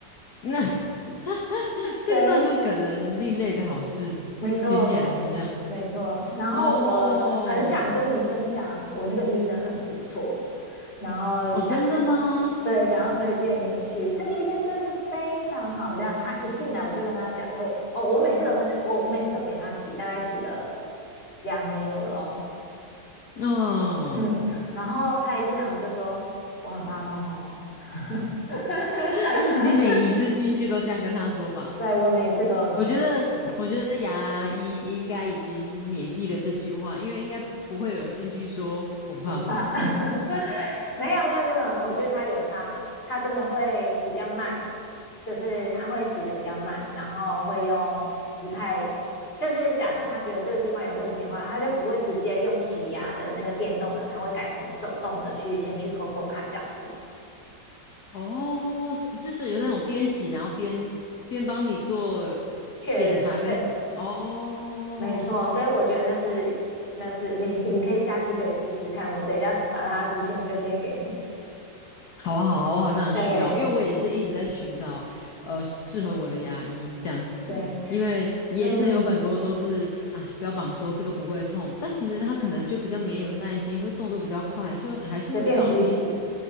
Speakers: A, on the left (about 55°); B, on the left (about 30°).
A: 那 <laughs> 这个那这可能另类的好事，
B: 对，没错，
A: 听起来是这样
B: 没错。然后我很想跟你分享，
A: 哦
B: 我那个医生很不错，然后想，
A: 哦，真的吗？
B: <laughs> 对，想要推荐你去。这个医生真的非常好料，他一进来我就跟他讲，哎，我哦，我每次都跟他，我每次都给他洗，大概洗了两年有了哦，
A: 嗯，
B: 嗯。然后他一进来我就说我很怕痛哦，<laughs>
A: <laughs> 你每一次进去都这样跟他说吧。
B: 对，我每一次都有说，
A: 我觉得，我觉得牙医应该已经免疫了这句话，因为应该不会有人进去说我不怕痛。
B: 我不怕，<laughs> 没有没有没有没有，我觉得它有差，它真的会比较慢，就是它会洗的比较慢，然后会用不太，就是假设他觉得这个地方有问题的话，他就不会直接用洗牙的那个电动的，他会改成手动的去先去抠抠看这样子
A: 哦，是是属于那种边洗然后边边帮你做
B: 确认，
A: 检查跟哦
B: 对，没错，所以我觉得那是那是你你可以下次可以试试看，我等一下把他的资讯推荐给你，
A: 好啊，好啊，我好像很需要，
B: 对
A: 因为我也是一直在寻找，呃，适合我的牙医这样子，
B: 对，
A: 因为也是有很多都是啊，
B: 嗯，
A: 标榜说这个不会痛，但其实他可能就比较没有耐心，或者动作比较快，就还是会不小心，
B: 随便洗一洗。